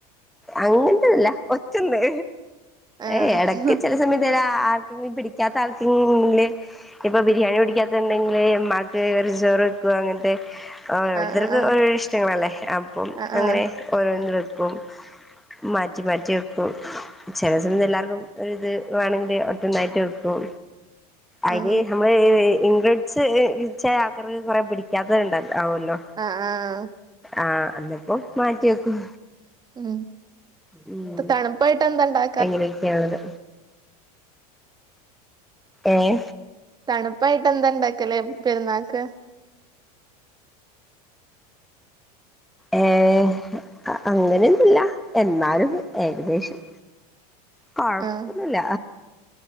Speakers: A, in the centre; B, on the right.
A: അങ്ങൻത്തെന്നല്ല ഒറ്റൊന്ന്
B: ആഹ്
A: ഏഹ് എടക്ക് ചെല സമയത്തെ ആ പിടിക്കാത്ത ആൾക്കിങ്ങ്ല് ഇപ്പൊ ബിരിയാണി പിടിക്കാത്തെണ്ടെങ്കില് വെറച്ചോറെക്കും അങ്ങൻത്തെ ഓരോരുത്തർക്ക്
B: ആഹ് ആഹ്
A: ഓരോ ഇഷ്ടങ്ങളല്ലേ അപ്പം
B: ആഹ്
A: അങ്ങനെ
B: ആഹ്
A: ഓരോന്നു വെക്കും മാറ്റി മാറ്റി വെക്കും ചെല സമ എല്ലാർക്കും ഒരിത് വേണങ്കില് ഒറ്റൊന്നായിറ്റ് വെക്കും അരി
B: ആഹ്
A: നമ്മള് ഇംഗ്രിട്സ് ക്ഷേ ആൾക്കറ് കുറെ പിടിക്കാത്തത്ണ്ടല്ലോ ആവല്ലോ
B: ആഹ് ആഹ്
A: ആഹ് അന്നപ്പം മാറ്റി വെക്കും
B: ഉം
A: ഉം
B: ഇപ്പ തണുപ്പായിട്ടെന്തണ്ടാ
A: എങ്ങനെയൊക്കെയണത് ഏഹ്
B: തണുപ്പായിട്ടെന്താ ഇണ്ടാക്കല് പെരുന്നാക്ക്
A: ഏഹ് അങ്ങനെയൊന്നുല്ല എന്നാലും ഏകദേശം കൊഴപ്പന്നുല്ല
B: ആഹ്